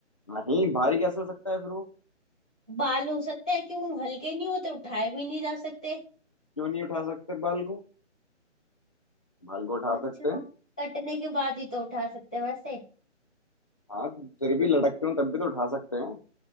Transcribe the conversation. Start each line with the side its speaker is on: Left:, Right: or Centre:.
Left: नहीं भारी कैसे हो सकता है फिर वो
Centre: बाल हो सकते हैं क्यों हल्के नहीं होते उठाए भी नहीं जा सकते
Left: क्यों नहीं उठा सकते बाल को बाल को उठा
Centre: अच्छा
Left: सकते हैं
Centre: कटने के बाद ही तो उठा सकते हैं वैसे
Left: हाँ तो फिर भी लटकते हो तब भी तो उठा सकते हैं